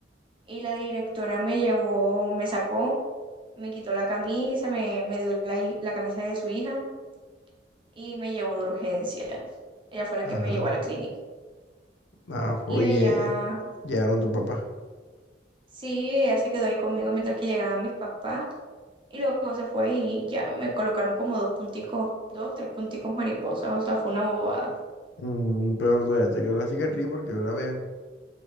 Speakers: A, on the right; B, on the left.
A: Y la directora me llevó, me sacó, me quitó la camisa, me, me dio la, hi- la camisa de su hija y me llevó de urgencia. Ella fue la
B: Ajá.
A: que me llevó a la clínica.
B: Ajo,
A: Y
B: y
A: allá,
B: eh, llegaron tu papá.
A: sí, ella se quedó ahí conmigo mientras que llegaban mis papás. Y luego se fue y ya me colocaron como dos punticos, dos, tres punticos mariposas, o sea, fue una bobada.
B: Mm, pero todavía te quedó la cicatriz porque yo la veo.